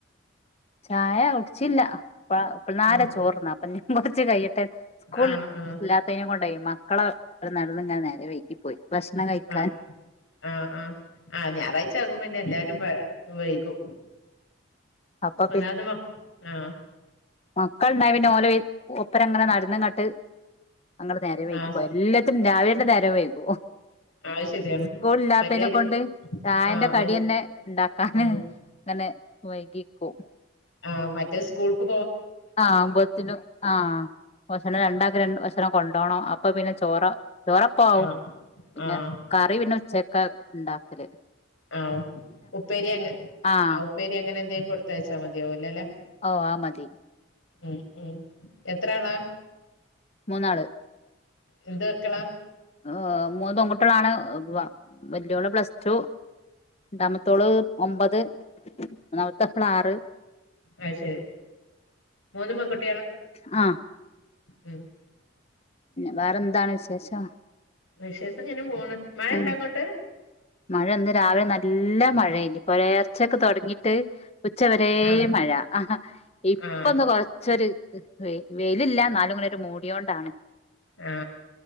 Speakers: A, on the left; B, on the left.
A: ചായ കുടിച്ചില്ല ഇപ്പാളെ
B: ആഹ്
A: ചോർന്ന അപ്പൊ കൊറാച്ചെ കയിയട്ടെ റ്റ് സ്കൂൾ
B: ആഹ് ആഹ്
A: ഇല്ലാത്തേയനെകൊ ണ്ടേ മക്കളെ നടന്ന് ഞാനെ <unintelligible> നേരെ പോയി ഭക്ഷണം കഴിക്കാൻ
B: ആ ആ ആ ആ ഞായറായ്ച്ച ആകുമ്പിന്നെല്ലാരും വൈകും
A: അപ്പൊ
B: ഒന്നാത് മക് ആ
A: മക്കൾണ്ടായാ പിന്നെ ഓലോ ഒപ്പരങ്ങനെ നടന്നുങ്ങട്ട് അങ്ങടെ നേര വീക്കി
B: ആഹ്
A: പോ എല്ലാത്തിനും രാവിലെതെ നേരേ വൈകും
B: അത് ശരിയാണ്
A: സ്കൂൾ ഇല്ലാത്തേനെകൊണ്ട്
B: മറ്റേ
A: ചായേന്റെ
B: ആഹ്
A: കടി
B: അത്
A: തന്നെ ഉണ്ടാക്കാനെ
B: ഉം
A: അങ്ങനെ വൈകിക്കോ
B: ആ മറ്റേ സ്കൂൾ കു
A: ആ അമ്പത്തി നും ആ വഷന രണ്ടാ വഷനാ കൊണ്ട് ണ്ടോണോ അപ്പം പിന്നെ ചോറെ ചോറെപ്പാ ആവും
B: ആഹ്
A: പിന്നെ
B: ആഹ്
A: കറി പിന്നെ ചെക്ക ഉണ്ടാക്കലെ
B: ആ ഉപ്പേരി അങ്ങെ
A: ആഹ്
B: ആ ഉപ്പേരി അങ്ങനൊക്കെ അങ്ങെ കൊടുത്തയാച്ചാൽ മതിയോ അല്ലെല്ലെ
A: ഓ ആ മതി
B: ഉം ഉം എത്ത്രാളാ
A: മൂന്നാളെ
B: എന്തെക്കുണു
A: ഏ മൂന്നെ പെങ്കുട്ടികളാണ് വാ വല്യോള് പ്ലസ് ടു രണ്ടാമത്തോളെ ഒമ്പത് ഒന്നാമത്താളെ ആറ്
B: അ ശരി മൂന്നും പെങ്കുട്ട്
A: ആ
B: ഉം
A: വേറെന്താണ് വിശേഷം
B: വിശേഷം ഇങ്ങനെ പോണു മയോ
A: ഉം
B: ണ്ടോ അങ്ങോട്ടെ
A: മഴ ഇന്നെ രാവിലെ നല്ല മയേരുന്നു പൊലർച്ചെക്കെ തൊടങ്ങീട്ട് ഉച്ചവരേം
B: ആഹ്
A: മഴ ആ ഇപ്പൊന്ന്
B: ആഹ്
A: കൊര ച്ചൊരു വെയിലില്ല നാലു മണി വരെ മൂടിയോണ്ടാണ്
B: ആ